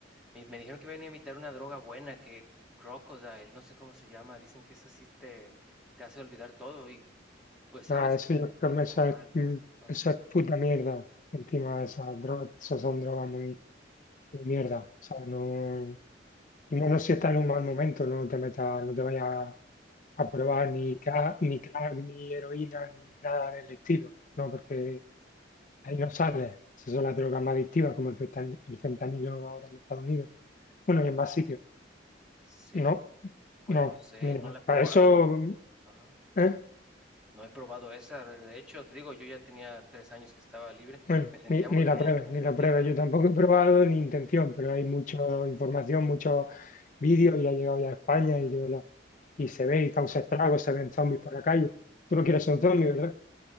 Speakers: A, in the centre; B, on the left (about 40°).
A: Me, me dijeron que vienen a imitar una droga buena, que Crocodile, no sé cómo se llama. Dicen que esa sí te, te hace olvidar todo y, pues, sabes,
B: Nada, eso,
A: me
B: yo-
A: siento
B: eso
A: mal,
B: es,
A: me
B: mm,
A: siento.
B: eso es puta mierda. Encima esas drogas, esas son drogas muy ni mierda. O sea, no, y menos si estás en un mal momento, no te metas, no te vayas a, a probar ni crack, ni crack, ni heroína, ni nada del estilo, ¿no? Porque ahí no sales. Esas son las drogas más adictivas, como el fentan- el fentanilo ahora en Estados Unidos. Bueno, y en más sitios.
A: Sí.
B: No,
A: Pues
B: no,
A: no sé,
B: mira,
A: no la he probado.
B: para eso,
A: Ajá.
B: ¿eh?
A: No he probado esa. De hecho, te digo, yo ya tenía tres años que estaba libre.
B: Bueno,
A: Me sentía
B: ni,
A: muy
B: ni
A: bien,
B: la prueba,
A: me
B: ni
A: sentía
B: la prueba.
A: perfecto.
B: Yo tampoco he probado ni intención, pero hay mucha información, muchos vídeos y ha llegado ya a España y, yo la- y se ve y causa estragos, se ven zombies por la calle. Tú no quieres ser un zombie, ¿verdad?